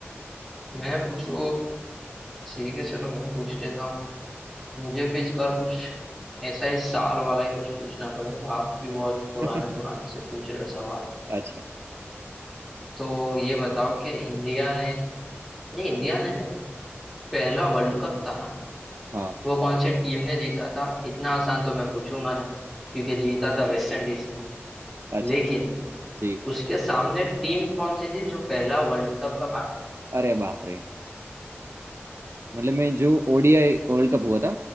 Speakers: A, in the centre; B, on the right (about 65°).
A: मैं पूछू ठीक है चलो मैं पूछ लेता हूँ मुझे भी इस बार कुछ ऐसा ही साल वाला ही कुछ पूछना पड़ेगा आप भी बहुत पुराने
B: <laughs>
A: पुराने से पूछ रहे हो सवाल
B: अच्छा
A: तो ये बताओ कि इंडिया ने नहीं इंडिया ने नहीं पहला वर्ल्ड कप था ना
B: हाँ
A: वो कौन सी टीम ने जीता था इतना आसान तो मैं पूछूंगा नहीं क्योंकि जीता था वेस्ट इंडीज ने
B: अच्छा
A: लेकिन
B: जी
A: उसके सामने टीम कौन सी थी जो पहला वर्ल्ड कप का फाइनल
B: अरे बाप रे मतलब मैं जो ओडीआई world cup हुआ था